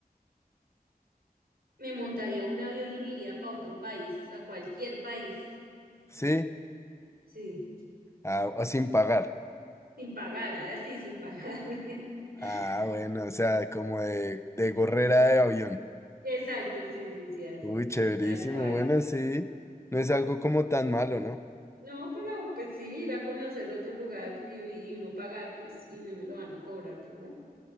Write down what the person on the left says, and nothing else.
¿Sí?
Ah, o sin pagar.
Ah, bueno, o sea, como de, de gorrera de avión.
Uy, chéverísimo.
Bueno, sí. No es algo como tan malo, ¿no?